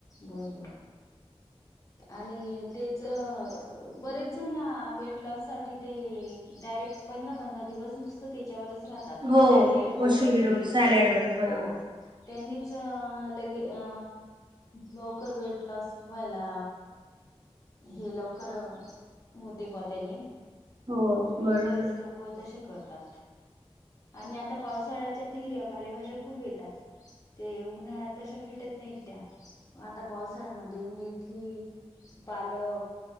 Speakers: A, on the left; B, on the right.
A: बर बर आणि तेच बरेच जन वेट लॉस साठी ते डायरेक्ट पंधरा पंधरा दिवस नुसत त्याच्यावर राहतात,
B: हो
A: सॉलिड,
B: कोशिंबीर
A: कोशंबीर
B: वर सॅलड वर बरोबर
A: हो त्यांनीच अ लगे अ लवकर वेट लॉस वला, हे लवकर होते बा त्यानी
B: हो
A: म्हणून
B: बरोबर
A: बरेच लोक हो तशे करतात, आणि आता पावसाळ्याच्यात हिरव्या पालेभाज्या खूप येतात, ते उन्हाळ्यात तशा भेटत नाहीत त्या आता पावसाळ्यामध्ये ते मेथी, पालक